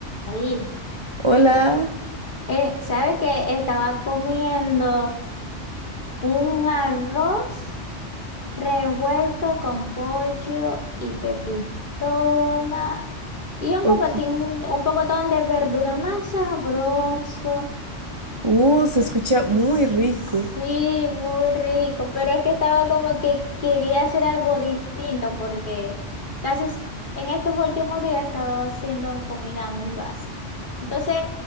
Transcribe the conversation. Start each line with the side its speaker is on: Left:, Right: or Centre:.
Left: Ahí.
Right: Hola,
Left: Eh, ¿sabe qué? Estaba comiendo un arroz revuelto con pollo y pepitona y un
Right: ok.
Left: pocotín, un pocotón de verdura más sabroso.
Right: Uh, se escucha muy
Left: Es-
Right: rico.
Left: Sí, muy rico, pero es que estaba como que quería hacer algo distinto porque casi s- en estos últimos días he estado haciendo comida muy básica. Entonces,